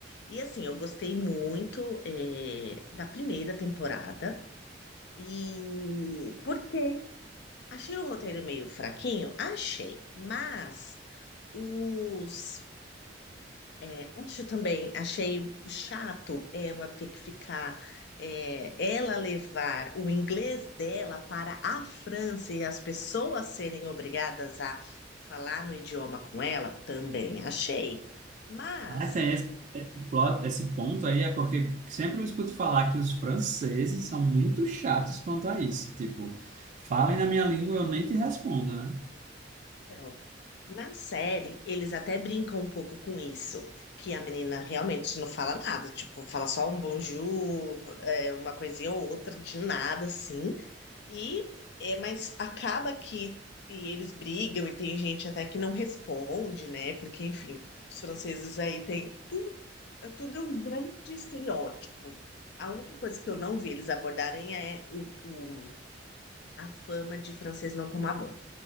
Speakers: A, on the left (about 65°); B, on the right (about 40°).
A: E assim, eu gostei muito, eh, da primeira temporada. E por quê? Achei o roteiro meio fraquinho? Achei. Mas os É, isso também achei chato ela ter que ficar, é, ela levar o inglês dela para a França e as pessoas serem obrigadas a falar no idioma com ela, também achei. Mas
B: Ah, tem esse, esse plot, esse ponto aí, é porque sempre eu escuto falar que os franceses são muito chatos quanto a isso. Tipo, falem na minha língua, eu nem te respondo, né?
A: Então, na série, eles até brincam um pouco com isso, que a menina realmente não fala nada, tipo, fala só um bonjour, é, uma coisinha ou outra, de nada, assim. E, é, mas acaba que e eles brigam e tem gente até que não responde, né? Porque, enfim, os franceses aí tem tudo, é, tudo é um grande estereótipo. A única coisa que eu não vi eles abordarem é o, o- a fama de francês não tomar banho.